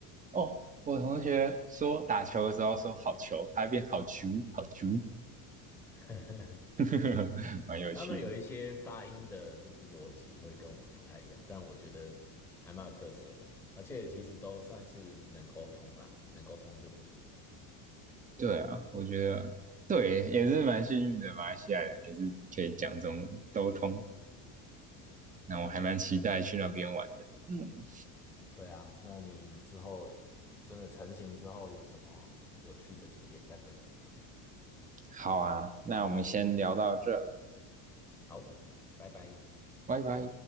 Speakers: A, on the right; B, in the centre.
A: 哦，我同学说打球的时候说好球，他会变好球好球，
B: <laughs>
A: <laughs> 蛮有趣的。
B: 他们有一些发音的，就是逻辑会跟我们不太一样，但我觉得还蛮有特色的啊而且其实都算是能沟通啦，能沟通就不错。
A: 对啊，我觉得对，也是蛮幸运的。马来西亚人也是可以讲中文，都通。那我还蛮期待去那边玩的。嗯。
B: 对啊，那你之后真的成型之后有什么有趣的景点再分享给我。
A: 好啊，那我们先聊到这，
B: 好，拜拜。
A: 拜拜。